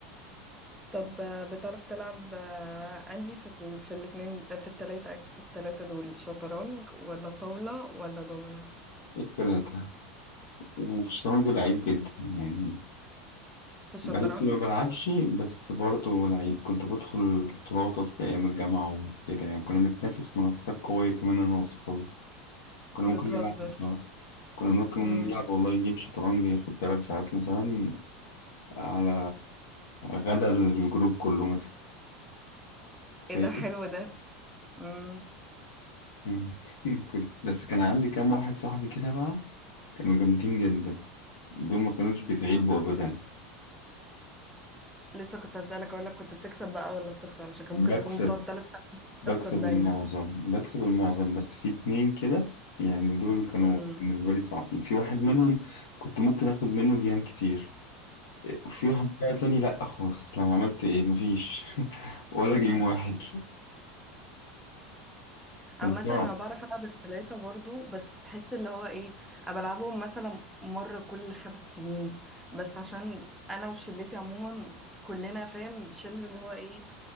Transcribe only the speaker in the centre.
طب آه، بتعرف تلعب آه، أنهي في ال... في الاتنين في التلاتة التلاتة دول شطرنج ولا طاولة ولا دومينو
في الشطرنج
بتهزر
امم
ايه ده حلو
ده امم
لسه كنت هسألك اقول لك كنت بتكسب بقى ولا بتخسر عشان كان
ممكن تكون بتقعد ثلاث ساعات
تخسر دايما
امم
امم
عامة
انا بعرف العب التلاتة برضو بس تحس اللي هو ايه انا بلعبهم مثلا مرة كل خمس سنين بس عشان انا وشلتي عموما كلنا فاهم شله اللي هو ايه